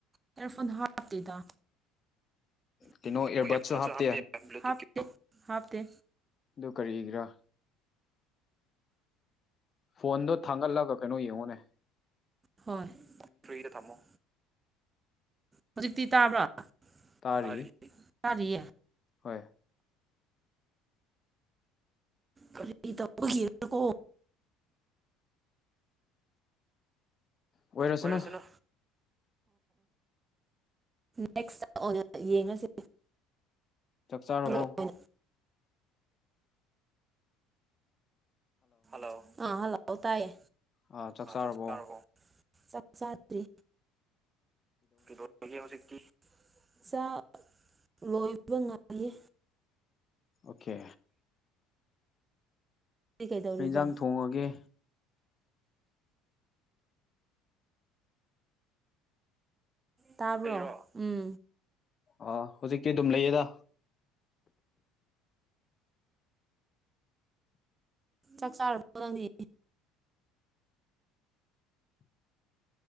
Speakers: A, on the right; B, on the left.
A: ꯑꯦꯌ꯭ꯥꯔꯐꯣꯟ ꯍꯥꯞꯇꯦꯗ
B: ꯀꯩꯅꯣ
A: <unintelligible>
B: ꯏꯌꯔꯕꯠꯁꯨ ꯍꯥꯞꯇꯦ
A: ꯍꯥꯞꯇꯦ ꯍꯥꯞꯇꯦ
B: ꯗꯨ ꯀꯔꯤꯒꯤꯔꯥ ꯐꯣꯟꯗꯣ ꯊꯥꯡꯒꯠꯂꯒ ꯀꯩꯅꯣ ꯌꯦꯡꯉꯨꯅꯦ
A: ꯍꯣꯏ ꯐ꯭ꯔꯤꯗ ꯊꯝꯃꯣ ꯍꯧꯖꯤꯛꯇꯤ ꯇꯥꯕ꯭ꯔꯥ
B: ꯇꯥꯔꯤꯌꯦ
A: ꯇꯥꯔꯤ ꯇꯥꯔꯤꯌꯦ
B: ꯍꯣꯏ
A: ꯀꯔꯤꯇꯧꯕꯒꯤꯔꯀꯣ
B: ꯑꯣꯏꯔꯁꯅꯨ
A: ꯑꯣꯏꯔꯁꯥꯅꯨ ꯅꯦꯛꯁ ꯑꯣꯏꯅ ꯌꯦꯡꯉꯁꯤ
B: ꯆꯥꯛ ꯆꯥꯔꯕꯣ
A: ꯑꯣꯏꯅ ꯍꯜꯂꯣ ꯑꯥ ꯍꯜꯂꯥꯎ ꯇꯥꯏꯌꯦ
B: ꯑꯥ ꯆꯥꯔꯕꯣ
A: ꯆꯥꯛ ꯆꯔꯥꯕꯣ ꯆꯥꯛ ꯆꯥꯗꯔꯤ ꯀꯩꯗꯧꯔꯤꯒꯦ ꯍꯧꯖꯤꯛꯇꯤ ꯆꯥꯛ ꯂꯣꯏꯕ ꯉꯥꯏꯔꯤ
B: ꯑꯣꯈꯦ
A: ꯅꯪꯗꯤ ꯀꯩꯗꯧꯔꯤꯕ
B: ꯀꯩ ꯏꯟꯖꯥꯡ ꯊꯣꯡꯉꯒꯦ
A: ꯇꯥꯕꯔꯣ ꯑꯩꯔꯣ ꯎꯝ
B: ꯑꯥ ꯍꯧꯖꯤꯛꯇꯤ ꯑꯗꯨꯝ ꯂꯩꯌꯦꯗ
A: ꯆꯥꯛ ꯆꯥꯔꯄꯣ ꯅꯪꯗꯤ